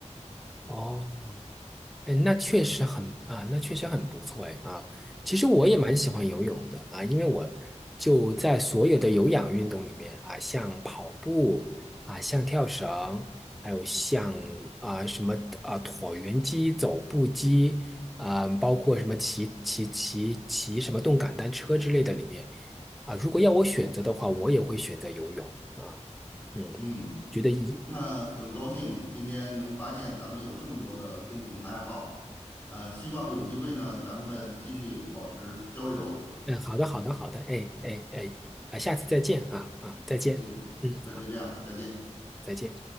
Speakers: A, in the centre; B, on the left.
A: 哦嗯，那确实很啊，那确实很不错哎啊。其实我也蛮喜欢游泳的啊，因为我就在所有的有氧运动里面啊，像跑步啊，像跳绳，还有像啊什么啊椭圆机、走步机啊，包括什么骑骑骑骑什么动感单车之类的里面啊，如果要我选择的话，我也会选择游泳啊。嗯，
B: 嗯，
A: 觉得一
B: 那很高兴今天能发现咱们有这么多的共同爱好，呃，希望有机会呢，咱们继续保持交流。
A: 嗯，好的，好的，好的，哎哎哎，啊，下次再见啊啊，再见，
B: 嗯，
A: 嗯，
B: 那就这样，再见。
A: 再见。